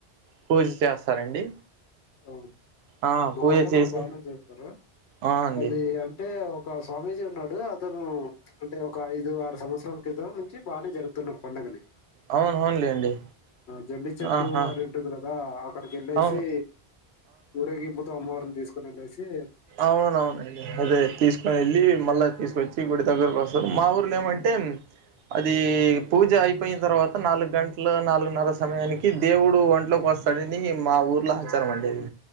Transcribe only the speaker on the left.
అ
మా
ఊర్లో
కూడా బాగానే చేస్తారు.
అది అంటే ఒక స్వామీజీ ఉన్నాడు. అతను అంటే ఒక ఐదు ఆరు సంవత్సరాల క్రితం నుంచి బాగానే జరుపుతున్నాడు పండుగని.
జమ్మి చెట్టు
అని ఉంటుంది కదా? అక్కడికి వెళ్ళేసి.
ఊరేగింపుతో అమ్మవారు ని, తీసుకునేట్సి <unintelligible>
హ్మ్.